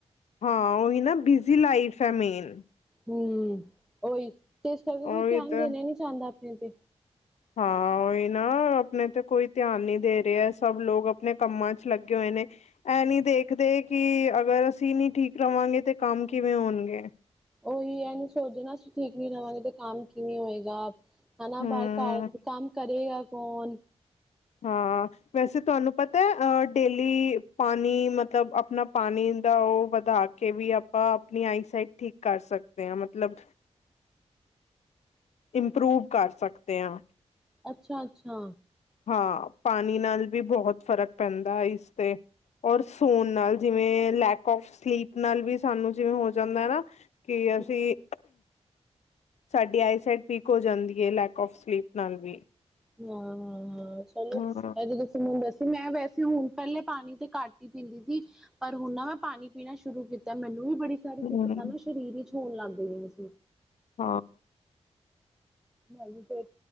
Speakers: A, on the left (about 75°); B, in the centre.
A: ਹਾਂ ਉਹੀ ਨਾ ਬਿਜੀੀ ਲਾਈਫ ਹੈ ਮੇਨ
B: ਹਮ ਉਓਹੀ ਤੇ ਇਸ ਕਰਕੇ ਕੋਈ
A: ਉਹੀ
B: ਧਿਆਨ
A: ਤੇ
B: ਦੇਣਾ ਹੀ ਨਹੀਂੀ ਚਾਹੁੰਦਾ ਆਪਣੇ ਤੇ
A: ਹਾਂ ਉਹੀ ਨਾ ਆਪਣੇ ਤੇ ਕੋਈ ਧਿਆਨ ਨੀ ਦੇ ਰਿਹਾ ਸਭ ਲੋਕ ਆਪਣੇ ਕੰਮਾਂ ਚ ਲੱਗੇ ਹੋਏ ਇਹ ਨੀ ਦੇਖਦੇ ਕਿ ਅਗਰ ਅਸੀਂ ਨੀ ਠੀਕ ਰਵਾਂਗੇ ਤੇ ਕੰਮ ਕਿਵੇਂ ਹੋਣਗੇ
B: ਉਹੀ ਇਹ ਨੀ ਸੋਚਦੇ ਨਾ ਅਸੀਂ ਠੀਕ ਨੀ ਰਵਾਂਗੇ ਤੇ ਕੰਮ ਕਿਵੇਂ ਹੋਏਗਾ ਹਨਾ
A: ਹਮ
B: ਬਾਹਰ ਘ ਕੰਮ ਕਰੇਗਾ ਕੋਣ
A: ਹਾਂ ਵੈਸੇ ਤੁਹਾਨੂੰ ਪਤਾ ਹੈ ਅ ਡੇਲੀ ਪਾਣੀ ਮਤਲਬ ਆਪਣਾ ਪਾਣੀ ਦਾ ਉਹ ਵਧਾ ਕੇ ਵੀ ਆਪਾਂ ਆਪਣੀ ਆਈਸਾਈਟ ਠੀਕ ਕਰ ਸਕਦੇ ਆ ਮਤਲਬ ਇੰਪਰੂਵ ਕਰ ਸਕਦੇ ਹਾਂ
B: ਅੱਛਾ ਅੱਛਾ
A: ਹਾਂ ਪਾਣੀ ਨਾਲ ਵੀ ਬਹੁਤ ਫ਼ਰਕ ਪੈਂਦਾ ਹੈ ਇਸ ਤੇ ਔਰ ਸੌਣ ਨਾਲ ਜਿਵੇਂ ਲੈਕ ਆਫ ਸਲੀਪ ਨਾਲ ਵੀ ਸਾਨੂੰ ਜਿਵੇਂ ਹੋ ਜਾਂਦਾ ਹੈ ਨਾ ਕੀ ਅਸੀਂ
B: ਹਾਂ-ਹਾਂ-ਹਾਂ
A: ਸਾਡੀ ਆਈਸਾਈਟ ਵੀਕ ਹੋ ਜਾਂਦੀ ਹੈ ਲੈਕ ਔਫ ਸਲੀਪ ਨਾਲ ਵੀ
B: ਹਾਂ ਹਾਂ ਹਾਂ ਚਲੋ
A: ਹਮ
B: ਇਹ ਤੁਸੀ ਮ ਬੱਸ ਤੇ ਮੈਂ ਵੈਸੇ ਹੁਣ ਪਹਿਲੇ ਪਾਣੀ ਤਾਂ ਕੱਟ ਹੀ ਪੀਂਦੀ ਸੀ ਪਰ ਹੁਣ ਨਾ ਮੈਂ ਪਾਣੀ ਪੀਣਾ ਸ਼ੁਰੂ ਕੀਤਾ ਮੈਨੂੰ ਵੀ ਬੜੀ ਸਾਰੀ
A: ਹਮ
B: ਦਿੱਕਤਾਂ ਨਾ ਸਰੀਰ ਵਿੱਚ ਹੋਣ ਲੱਗ ਗਈਆਂ ਸੀ
A: ਹਾਂ
B: ਮੈਂ ਵੀ ਫੇਰ